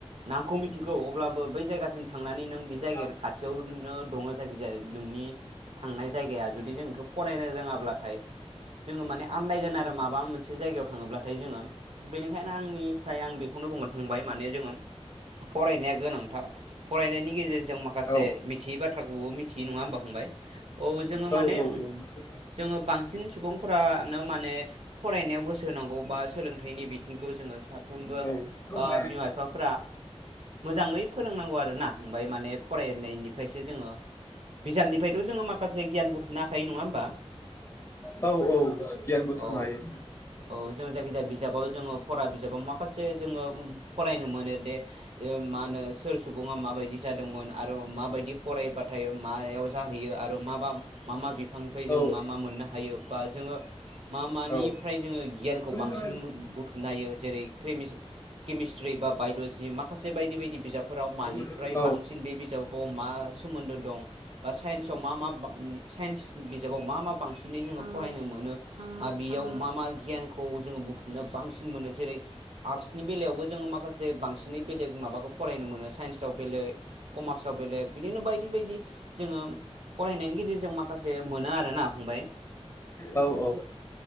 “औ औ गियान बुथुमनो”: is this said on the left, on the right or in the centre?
Left